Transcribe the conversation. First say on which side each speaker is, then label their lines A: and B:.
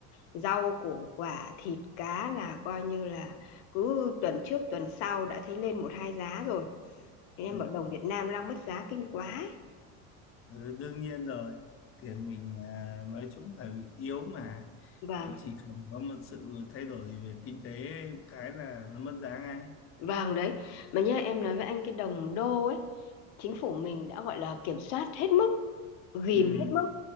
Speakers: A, on the left; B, on the left.
A: Rau củ quả, thịt cá là coi như là cứ tuần trước tuần sau đã thấy lên một hai giá rồi. Thế em
B: Ừ.
A: bảo đồng Việt Nam đang mất giá kinh quá ấy.
B: Ừ, Đương nhiên rồi. Tiền mình à, nói chung là bị yếu mà.
A: Vâng,
B: Chỉ cần có một sự thay đổi về kinh tế cái là nó mất giá ngay.
A: vâng đấy. Mà nhớ em nói với anh cái đồng đô ấy chính phủ mình đã gọi là kiểm soát hết mức ghìm
B: Ừ.
A: hết mức